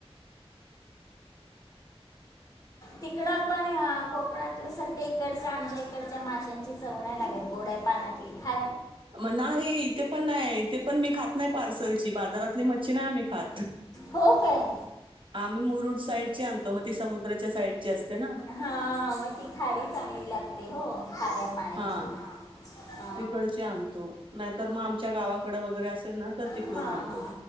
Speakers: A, on the right; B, on the left.
A: <inaudible>
B: तिकड पण कोकणातलं सारख्या इकडच्या आमच्या इकडच्या माशांच्या चव नाय लागत गोड्या पाण्यातली खा
A: मग नाही इथे पण नाही इथे पण मी खात नाही पार्सलची बाजारातली मच्छी नाय आम्ही खात.
B: हो काय
A: आाम्ही मुरुड साईड ची आणतो मग ती समुद्राच्या साईडची असते ना.
B: हा मग ती खारी चांगली लागते हो. खाऱ्या पाण्याची
A: हा.
B: हा
A: तिकडची आणतो नाहीतर मग आमच्या गावाकड वगैरे असेल ना तर तिकडून
B: हा हा
A: आणतो.
B: हा